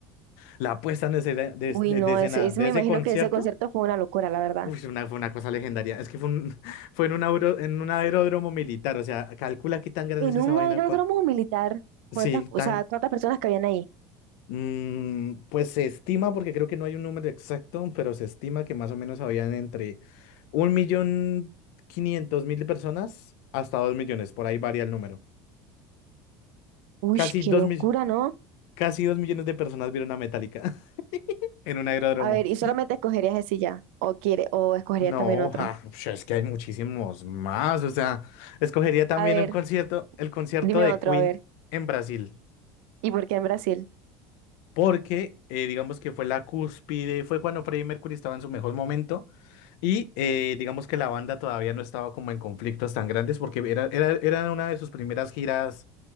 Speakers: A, on the left; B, on the right.
A: La puesta en escena de,
B: Uy,
A: de-
B: no,
A: de escena
B: ese, ese
A: de
B: me
A: ese
B: imagino
A: concierto,
B: que ese concierto fue una locura, la verdad.
A: uy, una, fue una cosa legendaria. Es que fue, un- <laughs> fue en un, aero- en un aeródromo militar, o sea, calcula qué tan grande
B: En
A: es esa
B: un
A: vaina.
B: aeródromo
A: pa-
B: militar, ¿cuántas,
A: Sí,
B: o
A: tan...
B: sea, cuántas personas cabían ahí?
A: mm, pues se estima, porque creo que no hay un número exacto, pero se estima que más o menos habían entre un millón quinientos mil personas hasta dos millones, por ahí varía el número.
B: Uy,
A: Casi
B: qué
A: dos
B: locura,
A: mil-
B: ¿no?
A: casi dos millones de personas vieron a Metallica <laughs> en un aeródromo.
B: A ver, y solamente escogerías ese ya, o quiere, o escogerías
A: No,
B: también otro.
A: ja, pues es que hay muchísimos más. O sea, escogería también
B: A ver,
A: un concierto, el concierto
B: dime
A: de
B: otro,
A: Queen
B: a ver.
A: en Brasil,
B: ¿Y por qué en Brasil?
A: porque eh, digamos que fue la cúspide, fue cuando Freddie Mercury estaba en su mejor momento y eh, digamos que la banda todavía no estaba como en conflictos tan grandes porque era, era, eran una de sus primeras giras